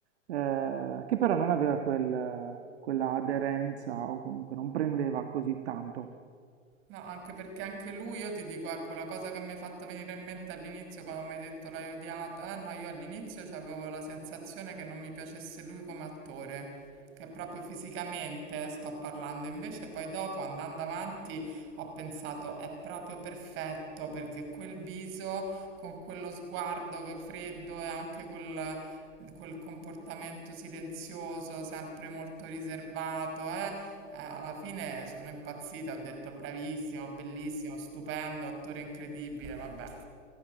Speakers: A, on the right; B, on the right.
A: eh, che però non aveva quel- quella aderenza o comunque non prendeva così tanto.
B: No, anche perché anche lui, io ti dico, ecco, la cosa che mi hai fatto venire in mente all'inizio quando mi hai detto l'hai odiato, eh no, io all'inizio avevo la sensazione che non mi piacesse lui come attore, che proprio fisicamente eh, sto parlando, invece poi dopo andando avanti ho pensato è proprio perfetto perché quel viso con quello sguardo che è freddo e anche quel... quel comportamento silenzioso, sempre molto riservato, eh, eh, alla fine sono impazzita, ho detto bravissimo, bellissimo, stupendo, attore incredibile, vabbè,